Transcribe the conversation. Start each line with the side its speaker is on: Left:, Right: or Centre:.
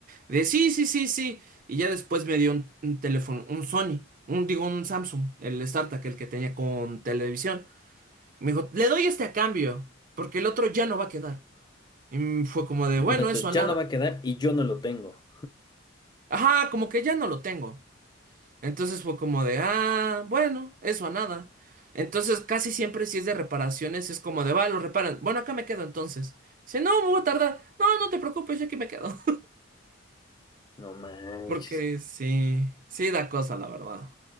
Right: de sí, sí, sí, sí. Y ya después me dio un, un teléfono, un Sony, un, digo, un Samsung, el startup, el que tenía con televisión. Me dijo, le doy este a cambio, porque el otro ya no va a quedar. Y mm, fue como de, bueno,
Left: Entonces,
Right: eso
Left: ya
Right: a nada.
Left: no va a quedar y yo no lo tengo.
Right: Ajá, como que ya no lo tengo. Entonces fue como de, ah, bueno, eso a nada. Entonces casi siempre si es de reparaciones es como de, va, lo reparan. Bueno, acá me quedo entonces. Dice, no, me voy a tardar. No, no te preocupes, yo aquí me quedo.
Left: No manches.
Right: <laughs> Porque sí, sí da cosa, la verdad.